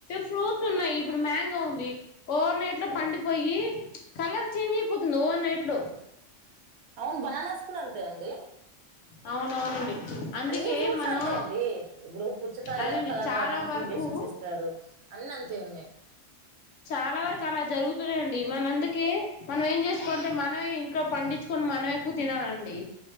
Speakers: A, on the left; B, on the right.
A: ఫ్రూట్స్ ఉన్నాయి ఇప్పుడు మ్యాంగో ఉంది ఓవర్ నైట్ లో పండిపోయి కలర్ చేంజ్ అయిపోతుంది ఓవర్ నైట్ లో
B: అవును బననాస్ కూడా అంతే అండి
A: అవునవునండి అందుకే
B: అన్ని ఫ్రూట్స్
A: మనం
B: అంతే అండి ఇప్పుడు పుచ్చకాయలు
A: అదండి
B: ఏమో కలర్
A: చాలా
B: రావడానికి
A: వరకు
B: ఇంజక్షన్స్ ఇస్తారు అన్ని అ తే ఉన్నాయ్
A: చాలా వరకు అలా జరుగు <unintelligible> మన అందుకే మనం ఏం చేస్త కొంటే మనమే ఇంట్లో పండిచ్చుకొని మనం ఎక్కువ తినాలండి